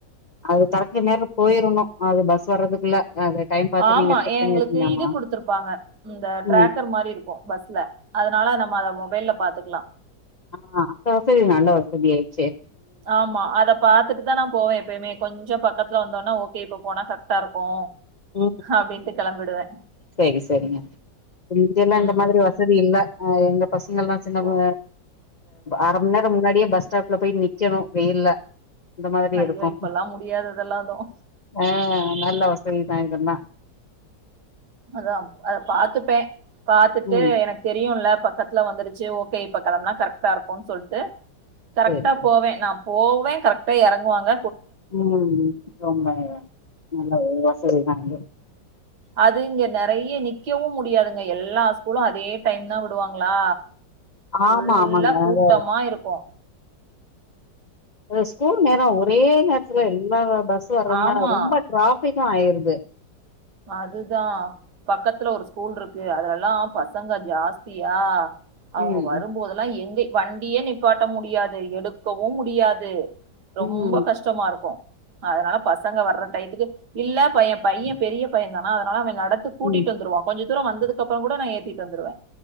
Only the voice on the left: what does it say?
அது தரக்கு நேரம் போயிருணு அது பஸ் வர்றதுக்குள்ள அது டைம் பாத்து
நீங்க செட் பண்ணி
வச்சீங்க ஆமா
ம்
ஆஹ அந்த வசதி நல்ல வசதி ஆய்ச்சே
உம்
சேரி சேரிங்க இங்க எல்லா
இந்த மாரி வசதி இல்ல ஹ எங்க பசங்கல்லா சின்னது
அரை மண் நேரம் முன்னாடியே பஸ் ஸ்டாப்ல போயி நிக்கணு வெயில்ல இந்த மாதிரி
இருக்கு
ஆ நல்ல வசதிதா இதல்லா
ம்
செரி செரி
உம் ரொம்ப நல்ல வசதி தாங்க
ஆமா ஆமாங்க
அத
ஸ்கூல் நேரோ ஒரே நேரத்துல எல்லா பஸ்ஸீ வர்துனால
ரொம்ப டிராஃபிக்கு ஆயிருது
ம்
ம்
ம்